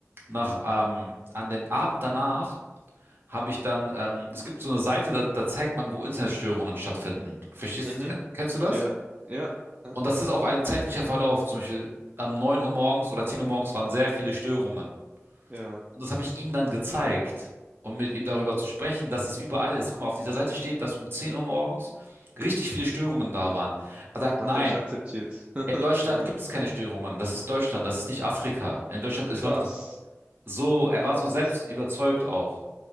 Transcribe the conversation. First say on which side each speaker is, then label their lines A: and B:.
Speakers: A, on the right; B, on the right.
A: nach, ähm, an dem Abend danach habe ich dann, ähm, es gibt so eine Seite, da, da zeigt man, wo Internetstörungen stattfinden. Verstehst,
B: Mhm.
A: ken- kennst du das?
B: Ja.
A: Ja.
B: Ja. Ja.
A: Und das ist auch ein zeitlicher Verlauf. Zum Beispiel am 9 Uhr morgens oder 10 Uhr morgens waren sehr viele Störungen.
B: Ja.
A: Und das habe ich ihm dann gezeigt, um mit ihm darüber zu sprechen, dass das überall ist. Guck mal, auf dieser Seite steht, dass um 10 Uhr morgens richtig viele Störungen da waren. Er sagt,
B: Hat
A: nein,
B: er nicht akzeptiert. <laughs>
A: in Deutschland
B: Ja.
A: gibt es keine Störungen. Das ist Deutschland, das ist nicht Afrika. In Deutschland ist,
B: Krass.
A: läuft es so. Er
B: Krass.
A: war so selbst überzeugt auch.